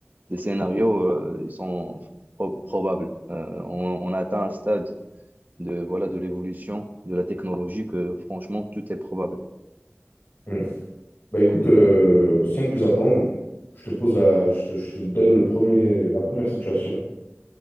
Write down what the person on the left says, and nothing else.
Mm. Bah écoute, euh, sans plus attendre, je te pose la, je te, je te donne le premier, la première situation.